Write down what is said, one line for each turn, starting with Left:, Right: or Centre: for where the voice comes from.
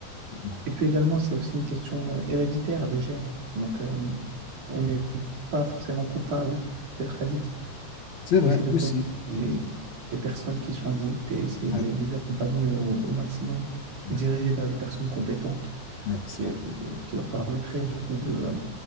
Left: clairement.
Right: Et puis également, c'est aussi une question euh, héréditaire de gènes. Donc, euh, on n'est pas forcément coupable d'être addict.
Left: C'est
Right: Il
Left: vrai
Right: faut essayer de
Left: aussi.
Right: comprendre les,
Left: Ouais,
Right: les personnes qui sont addictes et essayer
Left: ouais,
Right: de les, de les accompagner au, au maximum,
Left: ouais,
Right: les diriger vers les personnes compétentes
Left: ouais, c'est
Right: qui,
Left: vrai.
Right: euh, qui leur permettraient du coup de, euh,